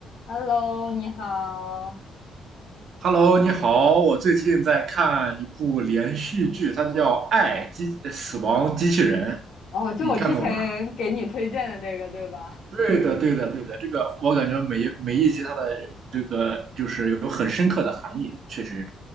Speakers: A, on the left; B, on the right.
A: Hello，你好。
B: Hello，你好，我最近在看一部连续剧，它叫《爱机呃死亡机器人》，
A: 哦，就我之前给你推荐的那个，
B: 你看过吗？
A: 对吧？
B: 对的，对的，对的，这个我感觉每一每一集它的这个就是有很深刻的含义，确实